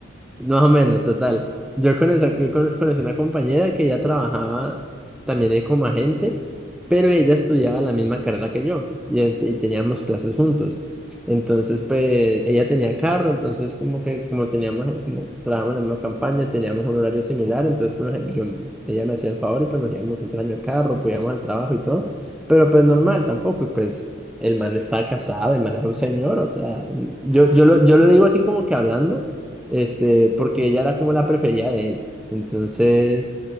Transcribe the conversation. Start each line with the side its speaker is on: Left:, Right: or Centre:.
Centre: más o menos, total. Yo conocí, yo con- conocí una compañera que ya trabajaba también ahí como agente, pero ella estudiaba la misma carrera que yo y, eh, y teníamos clases juntos. Entonces,
Right: <laughs> Ujú.
Centre: pues ella tenía carro, entonces como que como teníamos, como trabajamos en la misma campaña, teníamos un horario similar, entonces pues, yo, ella me hacía el favor y pues nos íbamos juntos en el carro, pues íbamos al trabajo y todo, pero pues normal tampoco, y pues... El man está casado, el man es un señor, o sea, yo,
Right: Ah,
Centre: yo lo,
Right: ok.
Centre: yo lo digo aquí como que hablando, este, porque ella era como la preferida de él. Entonces,